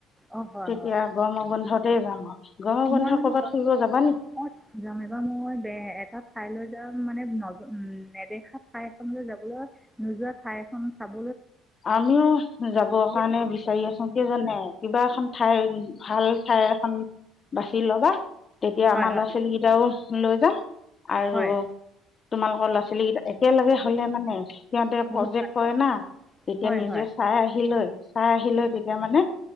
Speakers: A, in the centre; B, on the left.
A: অঁ হয়
B: তেতিয়া
A: হয়
B: গৰমৰ বন্ধত দে যাম গৰমৰ বন্ধত
A: মই মানে
B: ক'ৰবাত
A: যাম।
B: ফুৰিব যাবা নি
A: অ' এবাৰ মই এটা ঠাইলৈ মানে ন'জ নেদেখা ঠাই এখনলৈ যাবলৈ। নোযোৱা ঠাই এখন চাব
B: আমিও যাব
A: কেতিয়াও
B: কাৰণে বিচাৰি আছোঁ। কি জানে, কিবা এখন ঠাইৰ ভাল ঠাই এখন বাচি ল'বা। তেতিয়া,
A: হয়
B: আমাৰ
A: হয়
B: ল'ৰা -ছোৱালী কেইটাও লৈ যাম। আৰু
A: হয়
B: তোমালোকৰ ল'ৰা ছোৱালী কেইটা একেলগে হ'লে মানে সিহঁতে
A: বহুত
B: প্ৰজেক্ট
A: ভাল
B: কৰে
A: হয়
B: না তেতিয়া
A: হয়
B: নিজে
A: হয়
B: চাই আহি লৈ, চাই আহি লৈ, তেতিয়া মানে,